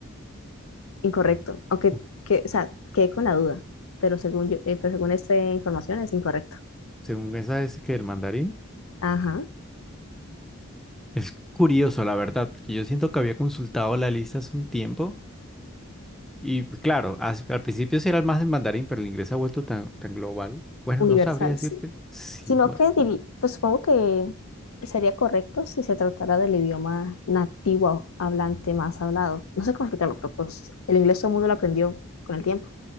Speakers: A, on the left; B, in the centre.
A: incorrecto. Aunque,
B: Bueno,
A: que, o sea, quedé con la duda. Pero según yo, eh, pero según esta información es incorrecto.
B: Según esa es que el mandarín.
A: Ajá.
B: Es curioso, la verdad, porque yo siento que había consultado la lista hace un tiempo. Y claro, as- al principio sí era más el mandarín, pero el inglés se ha vuelto tan, tan global. Bueno,
A: Universal,
B: no sabría decirte.
A: sí.
B: Sí,
A: Sino
B: bueno.
A: que, diri- pues supongo que sería correcto si se tratara del idioma nativo hablante más hablado. No sé cómo explicarlo, pero pues el inglés todo el mundo lo aprendió con el tiempo.